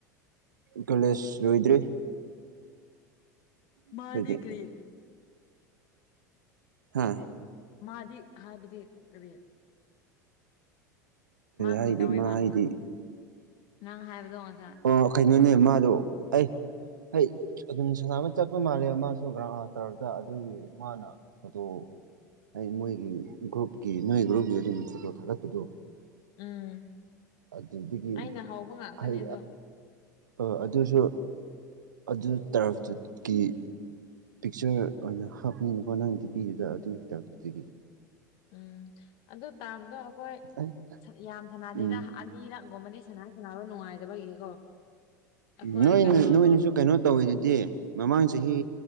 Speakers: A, on the right; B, on the left.
A: ꯀꯣꯂꯦꯖ ꯂꯣꯏꯗ꯭ꯔꯤ꯫ ꯑꯩꯈꯣꯏꯗꯤ
B: ꯃꯥꯗꯤ ꯀꯔꯤ
A: ꯍꯥꯥ
B: ꯃꯥꯗꯤ ꯍꯥꯏꯕꯗꯤ ꯀꯔꯤ ꯃꯥ ꯀꯔꯤ
A: ꯍꯥꯏꯗꯤ
B: ꯇꯧꯋꯦꯕ
A: ꯃꯥ ꯍꯥꯏꯗꯤ
B: ꯅꯪ ꯍꯥꯏꯕꯗꯣ ꯉꯁꯥꯏ꯫
A: ꯑꯣ ꯀꯩꯅꯣꯅꯦ ꯃꯥꯗꯣ ꯑꯩ ꯍꯩ ꯑꯗꯨꯝ ꯁꯅꯥꯃ ꯆꯠꯄ ꯃꯥꯜꯂꯦꯕ ꯃꯥꯁꯨ ꯒ꯭ꯔꯥ ꯇꯧꯔꯗ ꯑꯗꯨꯒꯤ ꯃꯥꯅ ꯐꯣꯇꯣ ꯑꯩ ꯃꯣꯏꯒꯤ ꯒ꯭ꯔꯨꯞꯀꯤ ꯅꯣꯏ ꯒ꯭ꯔꯨꯞꯒꯤ ꯑꯗꯨꯝ ꯐꯣꯇꯣ ꯊꯥꯒꯠꯄꯗꯣ
B: ꯎꯝ
A: ꯑꯗꯨꯗꯒꯤ
B: ꯑꯩꯅ ꯍꯧꯕ ꯉꯥꯛꯇꯅꯦ
A: ꯍꯥꯏ
B: ꯑꯗꯣ
A: ꯑ ꯑꯗꯨꯁꯨ ꯑꯗꯨ ꯇꯔꯗꯨꯒꯤ ꯄꯤꯛꯆꯔ ꯑꯣꯏꯅ ꯍꯥꯞꯃꯤꯛꯕ ꯅꯪ ꯗꯤ ꯄꯤꯗꯨꯗ ꯑꯗꯨꯒꯤ ꯇꯥꯏꯞꯇꯨꯗꯒꯤ
B: ꯎꯝ ꯑꯗꯨ ꯇꯥꯕꯗꯣ ꯑꯩꯈꯣꯏ
A: ꯑꯦ
B: ꯌꯥꯝ ꯁꯅꯗꯩꯗ
A: ꯎꯝ
B: ꯏꯔꯥꯛꯒꯨꯝꯕꯗꯤ ꯁꯅꯥꯏ ꯁꯅꯕ ꯅꯨꯡꯉꯥꯏꯗꯕꯒꯤꯀꯣ ꯑꯩꯈꯣꯏ
A: ꯅꯣꯏ
B: ꯀꯩꯅꯣꯔꯣ
A: ꯅꯣꯏꯅꯁꯨ ꯀꯩꯅꯣ ꯇꯧꯋꯤꯗꯨꯗꯤ ꯃꯃꯥꯡ ꯆꯍꯤ